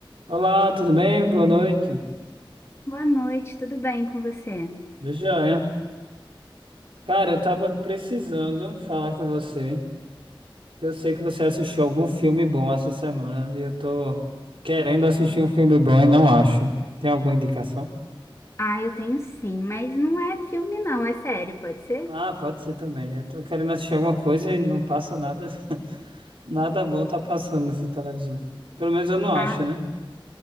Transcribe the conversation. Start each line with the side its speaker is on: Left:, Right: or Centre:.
Right: Olá, tudo bem? Boa noite.
Left: Boa noite, tudo bem com você?
Right: Eu Já é. Cara, eu tava precisando falar com você, que eu sei que você assistiu algum filme bom essa semana e eu tô querendo assistir um filme bom e não acho. Tem alguma indicação?
Left: Ah, eu tenho sim, mas não é filme não, é série, pode ser?
Right: Ah, pode ser também. Eu tô querendo assistir alguma coisa e não passa nada, <laughs> nada bom tá passando nessa televisão. Pelo menos eu não
Left: Ah,
Right: acho, né?